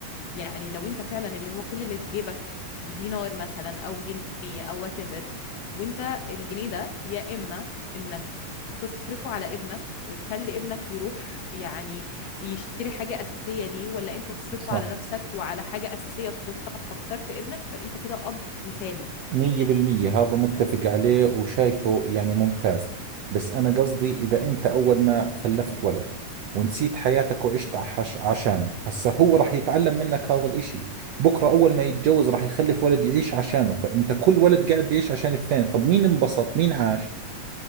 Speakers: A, on the left (about 70°); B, on the right (about 75°).
A: يعني لو انت فعلا اللي هو كل اللي في جيبك دينار مثلا او جنيه او وات ايفر وانت الجنيه ده يا اما انك تصرفه على ابنك وتخلي ابنك يروح يعني يشتري حاجة أساسية ليه ولا انت تصرفه
B: صح
A: على نفسك وعلى حاجة أساسية تخصك فاخترت ابنك فانت كده أب مثالي
B: مية بالمية هذا متفق عليه وشايفه يعني ممتاز بس أنا قصدي إذا أنت أول ما خلفت ولد ونسيت حياتك وعشت عش عشانه هسا هو راح يتعلم منك هذا الإشي بكرة أول ما يتجوز راح يخلف ولد يعيش عشانه فأنت كل ولد قاعد بيعيش عشان الثاني طب مين انبسط مين عاش